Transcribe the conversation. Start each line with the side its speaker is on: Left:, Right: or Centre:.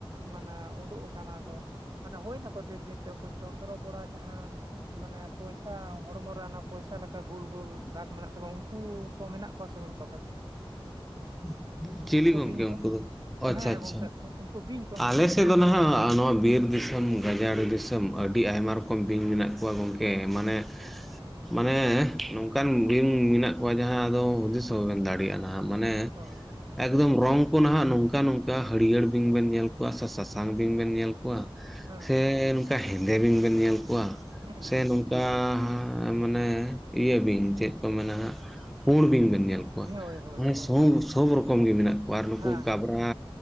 Right: ᱢᱟᱱᱮ ᱩᱸᱰᱩᱜ ᱟᱠᱟᱱᱟ ᱫᱚ, ᱢᱟᱱᱮ ᱦᱳᱭ ᱱᱟᱠᱚ ᱫᱷᱮᱨ ᱫᱤᱱ ᱜᱮ ᱩᱱᱠᱩ ᱪᱚᱱᱫᱨᱚ ᱵᱚᱲᱟ ᱡᱟᱦᱟᱸ ᱢᱟᱱᱮ ᱯᱚᱭᱥᱟ ᱦᱚᱲᱢᱚ ᱨᱮ ᱚᱱᱟ ᱯᱚᱭᱥᱟ ᱞᱮᱠᱟ ᱜᱳᱞ ᱜᱳᱞ ᱫᱟᱜᱽ ᱠᱚ ᱢᱮᱱᱟᱜ ᱛᱟᱠᱚᱣᱟ ᱩᱱᱠᱩ ᱠᱚ ᱢᱮᱱᱟᱜ ᱠᱚᱣᱟ ᱥᱮ ᱵᱟᱹᱱᱩᱜ ᱠᱚᱣᱟ ᱟᱯᱮ ᱥᱮᱫ?
Centre: <inaudible> ᱪᱤᱞᱤ ᱜᱚᱝᱠᱮ
Right: ᱵᱤᱧ ᱠᱚ
Centre: ᱩᱱᱠᱩ ᱫᱚ? ᱚ ᱟᱪᱪᱷᱟ
Right: ᱦᱮᱸ
Centre: ᱟᱪᱪᱷᱟ,
Right: ᱜᱚᱝᱠᱮ ᱩᱱᱠᱩ ᱵᱤᱧ ᱠᱚ ᱩᱱᱠᱩ
Centre: ᱟᱞᱮ
Right: ᱪᱚᱱᱫᱨᱚ
Centre: ᱥᱮᱫ ᱫᱚ
Right: ᱵᱚᱲᱟ
Centre: ᱱᱟᱦᱟᱜ
Right: ᱡᱟᱦᱟᱸ
Centre: ᱱᱚᱣᱟ ᱵᱤᱨ ᱫᱤᱥᱚᱢ ᱜᱟᱡᱟᱲ ᱫᱤᱥᱚᱢ, ᱟᱹᱰᱤ ᱟᱭᱢᱟ ᱨᱚᱠᱚᱢ ᱵᱤᱧ ᱢᱮᱱᱟᱜ ᱠᱚᱣᱟ ᱜᱚᱠᱮ ᱢᱟᱱᱮ
Right: <unintelligible>
Centre: ᱢᱟᱱᱮ ᱱᱚᱝᱠᱟᱱ ᱵᱤᱧ ᱢᱮᱱᱟᱜ ᱠᱚᱣᱟ ᱡᱟᱦᱟᱸ ᱫᱚ ᱦᱩᱫᱤᱥ ᱦᱚᱸ ᱵᱟᱵᱮᱱ ᱫᱟᱲᱮᱭᱟᱜᱼᱟ ᱱᱟᱦᱟᱜ ᱢᱟᱱᱮ
Right: ᱚ ᱦᱮᱸ
Centre: ᱮᱠᱫᱚᱢ ᱨᱚᱝ ᱠᱚ ᱱᱟᱦᱟᱜ ᱱᱚᱝᱠᱟ ᱱᱚᱝᱠᱟ ᱦᱟᱹᱲᱭᱟᱹᱲ ᱵᱤᱧ ᱵᱮᱱ ᱧᱮᱞ ᱠᱚᱣᱟ ᱥᱮ ᱥᱟᱥᱟᱝ ᱵᱤᱧ ᱵᱮᱱ ᱧᱮᱞ ᱠᱚᱣᱟ
Right: ᱦᱮᱸ
Centre: ᱥᱮ ᱱᱚᱝᱠᱟ ᱦᱮᱸᱫᱮ ᱵᱤᱧ ᱵᱮᱱ ᱧᱮᱞ ᱠᱚᱣᱟ
Right: ᱦᱮᱸ
Centre: ᱥᱮ
Right: ᱦᱩᱸ
Centre: ᱱᱚᱝᱠᱟ
Right: ᱦᱩᱸ,
Centre: ᱮᱸ ᱢᱟᱱᱮ ᱤᱭᱟᱹ ᱵᱤᱧ, ᱪᱮᱫ ᱠᱚ ᱢᱮᱱᱟ ᱦᱟᱸᱜ, ᱯᱩᱸᱲ ᱵᱤᱧ ᱵᱮᱱ ᱧᱮᱞ ᱠᱚᱣᱟ
Right: ᱦᱳᱭ ᱦᱳᱭ
Centre: ᱢᱟᱱᱮ
Right: ᱦᱳᱭ ᱦᱳᱭ, ᱦᱮᱸ
Centre: ᱥᱚᱵᱽ ᱨᱚᱠᱚᱢ ᱜᱮ ᱢᱮᱱᱟᱜ ᱠᱚᱣᱟ ᱟᱨ ᱱᱩᱠᱩ
Right: ᱦᱮᱸ
Centre: ᱠᱟᱵᱽᱨᱟ